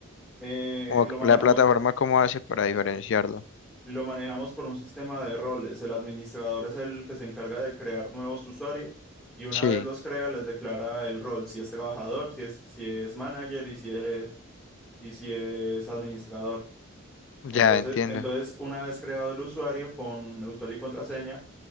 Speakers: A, in the centre; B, on the left.
A: Eh,
B: Como
A: lo
B: que
A: manejamos,
B: la plataforma, ¿cómo hace para diferenciarlo?
A: lo manejamos por un sistema de roles. El administrador es el que se encarga de crear nuevos usuarios y una
B: Sí.
A: vez los crea, les declara el rol, si es trabajador, si es, si es manager y si es, y si es administrador.
B: Ya
A: Entonces,
B: entiendo,
A: entonces, una vez creado el usuario con usuario y contraseña,